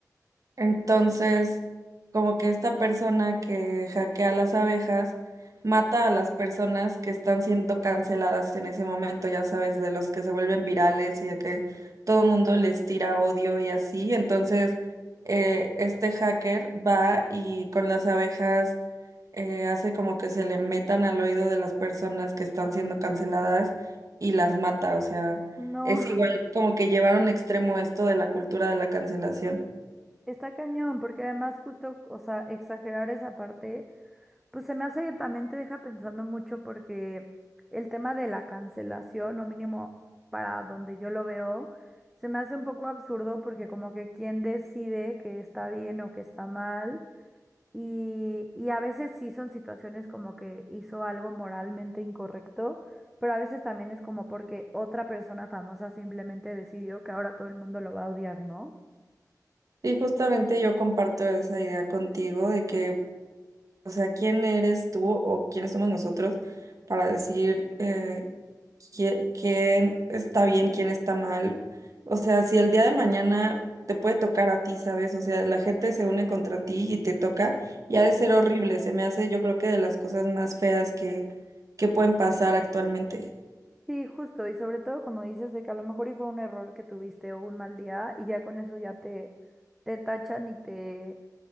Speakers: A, on the right; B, in the centre.
A: Entonces, como que esta persona que hackea las abejas mata a las personas que están siendo canceladas en ese momento, ya sabes, de los que se vuelven virales y de que todo el mundo les tira odio y así. Entonces, eh, este hacker va y con las abejas eh, hace como que se le metan al oído de las personas que están siendo canceladas y las mata. O sea,
B: No,
A: es igual como que llevar a un extremo esto de la cultura de la cancelación.
B: <laughs> está cañón, porque además justo, o sea, exagerar esa parte. Pues se me hace que también te deja pensando mucho porque el tema de la cancelación, o mínimo para donde yo lo veo, se me hace un poco absurdo porque como que quién decide que está bien o que está mal. Y, y a veces sí son situaciones como que hizo algo moralmente incorrecto, pero a veces también es como porque otra persona famosa simplemente decidió que ahora todo el mundo lo va a odiar, ¿no?
A: Y justamente yo comparto esa idea contigo de que, o sea, ¿quién eres tú o quiénes somos nosotros para decir eh, qui- quién está bien, quién está mal? O sea, si el día de mañana te puede tocar a ti, ¿sabes? O sea, la gente se une contra ti y te toca y ha de ser horrible. Se me hace, yo creo que de las cosas más feas que, que pueden pasar actualmente.
B: Sí, justo, y sobre todo como dices de que a lo mejor y fue un error que tuviste o un mal día y ya con eso ya te, te tachan y te